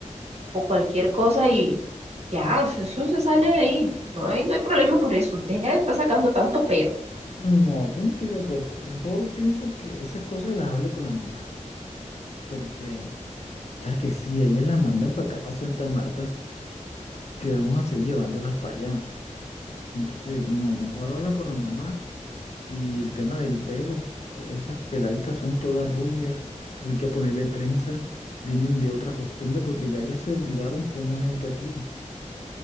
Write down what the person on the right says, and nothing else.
o cualquier cosa y ya, eso se sale de ahí, no hay, no hay problema por eso, deja de estar sacando tanto pero.